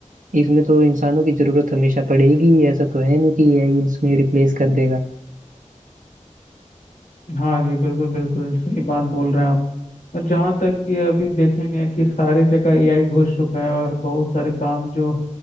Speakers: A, on the right; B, on the left.
A: इसमें तो इंसानों की जरूरत हमेशा पड़ेगी ही। ऐसा तो है नहीं कि एआई इसमें रिप्लेस कर देगा
B: हाँ जी बिल्कुल बिल्कुल सही बात बोल रहे हैं आप और जहाँ तक कि अभी देखेंगे कि सारे जगह एआई घुस चुका है और बहुत सारे काम जो